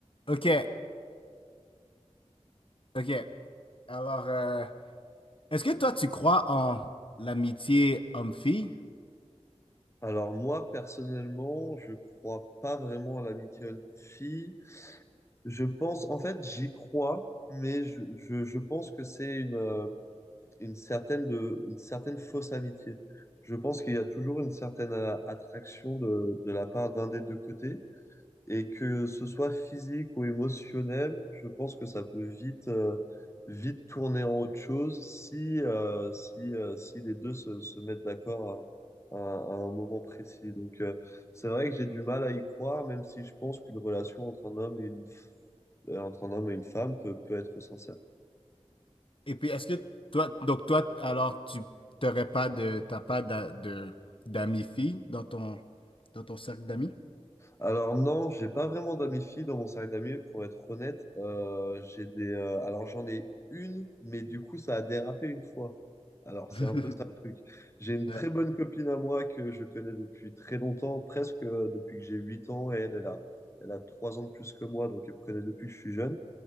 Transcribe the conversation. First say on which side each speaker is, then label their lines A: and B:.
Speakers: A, on the left; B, on the left.
A: Ok, ok. Alors, euh, est-ce que toi, tu crois en l'amitié homme-fille?
B: Alors moi, personnellement, je crois pas vraiment à l'amitié homme-fille. Je pense, en fait, j'y crois, mais je, je, je pense que c'est une, euh, une certaine de, une certaine fausse amitié. Je pense qu'il y a toujours une certaine euh, attraction de, de la part d'un des deux côtés. Et que ce soit physique ou émotionnel, je pense que ça peut vite, euh, vite tourner en autre chose si, euh, si, euh, si les deux se, se mettent d'accord à, à- à un moment précis. Donc, euh, c'est vrai que j'ai du mal à y croire, même si je pense qu'une relation entre un homme et une, f- euh, entre un homme et une femme peut, peut être sincère.
A: Et puis, est-ce que toi, donc toi, alors, tu t'aurais pas de, t'as pas d'a- de, d'amis filles dans ton, dans ton cercle d'amis?
B: Alors non, j'ai pas vraiment d'amis filles dans mon cercle d'amis, pour être honnête. Euh, j'ai des, euh, alors j'en ai une, mais du coup ça a dérapé une fois. Alors c'est
A: <laughs>
B: un peu ça le truc. J'ai une
A: Ouais,
B: très bonne copine à moi que je connais depuis très longtemps, presque euh, depuis que j'ai 8 ans, et elle, elle a, elle a 3 ans de plus que moi, donc elle me connaît depuis que je suis jeune.